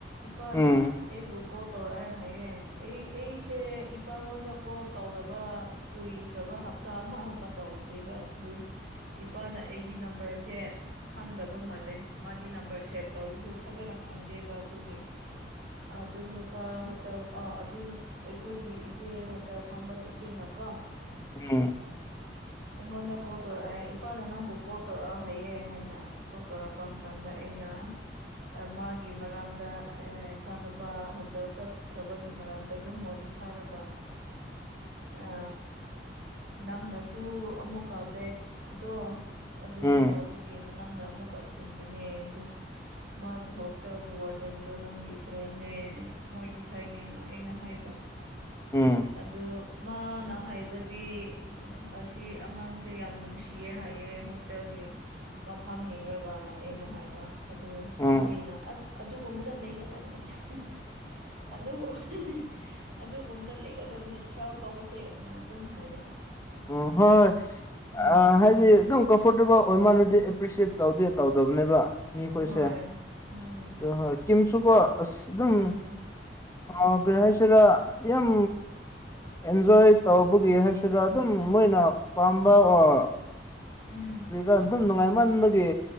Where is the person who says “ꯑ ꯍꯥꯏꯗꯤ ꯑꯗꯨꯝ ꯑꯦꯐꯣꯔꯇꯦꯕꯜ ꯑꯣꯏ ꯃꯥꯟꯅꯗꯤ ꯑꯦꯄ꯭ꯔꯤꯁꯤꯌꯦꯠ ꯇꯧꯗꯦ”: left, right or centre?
Left